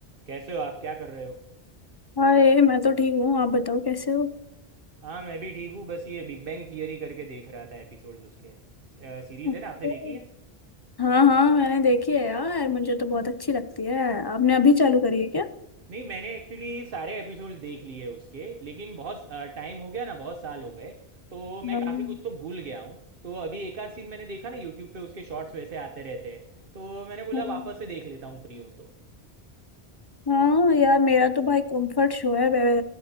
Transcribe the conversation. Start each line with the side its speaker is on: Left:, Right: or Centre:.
Right: कैसे हो आप क्या कर रहे हो
Left: हाय मैं तो ठीक हूँ आप बताओ कैसे हो
Right: हाँ मैं भी ठीक हूँ बस ये बिग बैंग थियरी करके देख रहा था एपिसोड्स उसके सीरीज़
Left: अच्छा।
Right: है ना आपने देखी है
Left: हाँ हाँ मैंने देखी है यार मुझे तो बहुत अच्छी लगती है आपने अभी चालू करी है क्या
Right: नहीं मैंने एक्चुअली सारे एपिसोड्स देख लिए उसके लेकिन बहुत टाइम हो गया ना बहुत साल हो गए तो मैं
Left: हाँ
Right: काफ़ी कुछ तो भूल गया हूँ तो अभी एक आध सीन मैंने देखा ना यूट्यूब पे उसके शॉर्ट्स वैसे आते रहते हैं तो मैंने बोला
Left: हाँ
Right: वापस से देख लेता हूँ फ्री हूँ तो
Left: हाँ यार मेरा तो भाई कंफर्ट शो है मैं